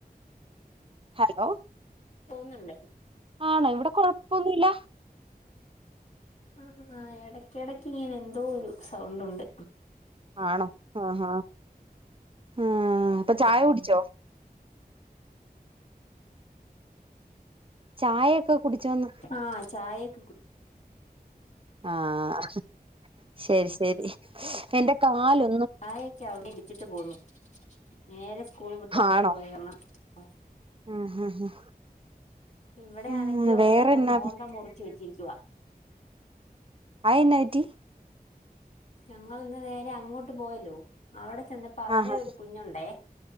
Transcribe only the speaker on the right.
ഹലോ
ആണോ ഇവിടെ കൊഴപ്പൊ ഒന്നുഇല്ല
ആണോ ആഹ ആഹ് അപ്പൊ
ചായ കുടിച്ചോ? ചായയൊക്കെ കുടിച്ചോന്ന്
ആഹ ശരി ശരി എന്റെ കാലൊ
ആണോ
ആഹ് ആഹ്
ആഹ്
വേറെന്നാ
അയെന്നാ പറ്റി
ആഹ്